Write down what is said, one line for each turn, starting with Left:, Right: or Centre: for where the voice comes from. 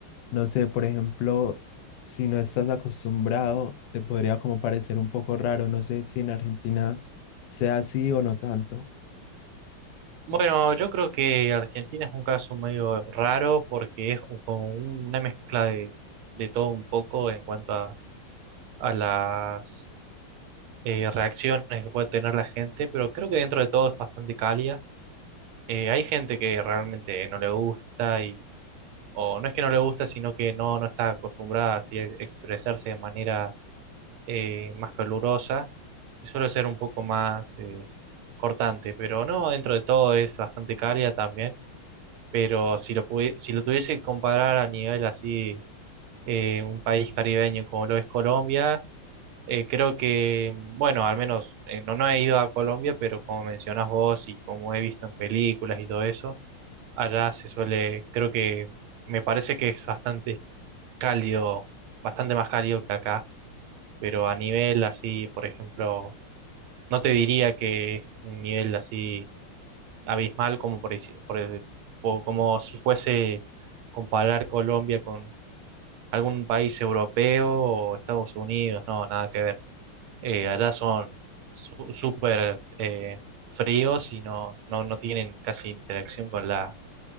Left: no sé, por ejemplo, si no estás acostumbrado, te podría como parecer un poco raro. No sé si en Argentina sea así o no tanto.
Right: Bueno, yo creo que Argentina es un caso medio raro porque es como un- una mezcla de, de todo un poco en cuanto a a las eh, reacciones que puede tener la gente, pero creo que dentro de todo es bastante cálida. Eh, hay gente que realmente no le gusta y, o no es que no le gusta, sino que no, no está acostumbrada así a expresarse de manera eh, más calurosa y suele ser un poco más eh, cortante, pero no, dentro de todo es bastante cálida también, pero si lo, pudi- si lo tuviese que comparar a nivel así, eh, un país caribeño como lo es Colombia, Eh, creo que, bueno, al menos eh, no, no he ido a Colombia, pero como mencionás vos y como he visto en películas y todo eso, allá se suele, creo que me parece que es bastante cálido, bastante más cálido que acá, pero a nivel así, por ejemplo, no te diría que es un nivel así abismal como por, deci- por el- o como si fuese comparar Colombia con algún país europeo o Estados Unidos, no, nada que ver. Eh, allá son su- súper eh, fríos y no, no, no tienen casi interacción con la,